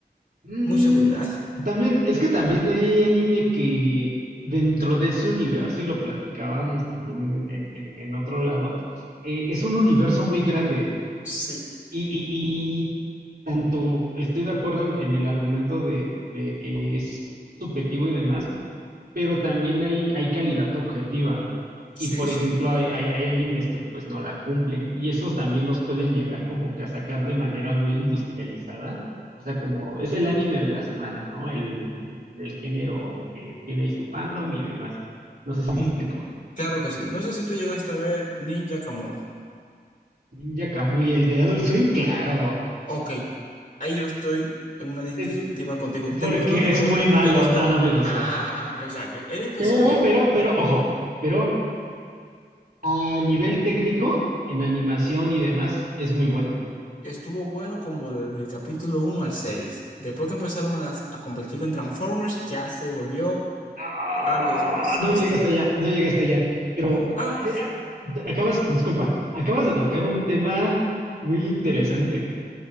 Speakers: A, on the right; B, on the left.
A: Mm,
B: mucho cuidado.
A: también, es que también hay anime que dentro de ese universo, y lo platicábamos también en, en- en otro lado, eh, es un universo muy grande.
B: Sí,
A: Y, y- y tanto estoy de acuerdo en, en el argumento de, de que es subjetivo y demás, pero también hay, hay calidad objetiva.
B: sí,
A: Y por
B: sí.
A: ejemplo, hay, hay- hay animes que pues no la cumplen y esos también los pueden llegar como que a sacar de manera muy industrializada. O sea, como es el anime de la semana, ¿no? El del género que tiene ahí su fandom y demás. No sé si
B: Ujú.
A: me explico.
B: Claro que sí. No sé si tú llegaste a ver Ninja Kamui.
A: Ninja Kamui, el de Adult Swim, claro.
B: Ok, ahí yo estoy en una dis-
A: Es
B: disyuntiva contigo.
A: porque
B: ¿Te gustó o no
A: es
B: te gustó?
A: muy malo.
B: ¿Te gustó?
A: No, no me gustó.
B: Ah, exacto. Él empezó
A: Pero,
B: bien.
A: pero, pero, ojo, pero a nivel técnico, en animación y demás, es muy bueno.
B: Estuvo bueno como desde el capítulo uno al 6. Después que empezaron a, a convertirlo en Transformers, ya se volvió
A: Ah,
B: algo disparado.
A: no
B: Entonces,
A: llegué hasta allá, no llegué hasta allá. Pero
B: mm, ah,
A: eh, ah, te- acabas, disculpa, acabas de tocar un tema muy interesante.